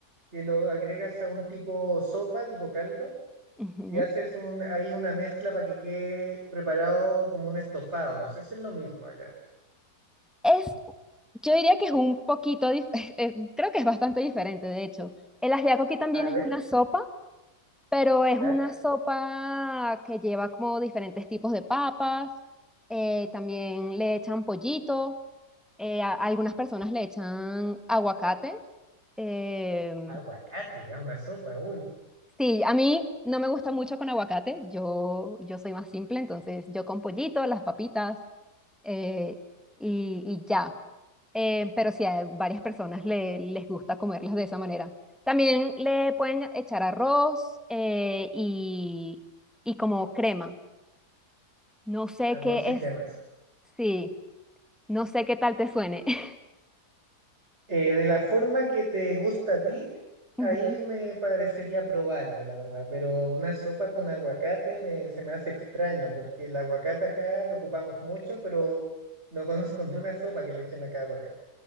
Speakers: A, on the right; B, in the centre.
A: que lo agregas a un tipo sopa, tipo caldo,
B: Ujú.
A: y haces un, ahí una mezcla para que quede preparado como un estofado. No sé si es lo mismo allá.
B: Es, yo diría que es un poquito, dif- <laughs> eh, creo que es bastante diferente, de hecho. El ajiaco aquí también
A: A
B: es
A: ver,
B: una sopa, pero es
A: ya,
B: una sopa que lleva como diferentes tipos de papas, eh, también le echan pollito. eh, a- a algunas personas le echan aguacate. em,
A: aguacate, a una sopa, uy,
B: sí, a mí no me gusta mucho con aguacate. Yo, yo soy más simple, entonces yo con pollito, las papitas eh, y, y ya. Eh, pero sí, a varias personas le- les gusta comerlas de esa manera. También le pueden echar arroz eh, y, y como crema. No sé
A: arroz
B: qué
A: y
B: es.
A: crema.
B: Sí, no sé qué tal te suene. <laughs>
A: Eh, de la forma que te gusta a ti,
B: Ujú.
A: ahí me parecería probarlo, la verdad, pero una sopa con aguacate me, se me hace extraño, porque el aguacate acá lo ocupamos mucho, pero no conozco <laughs> ni una sopa que le echen acá aguacate,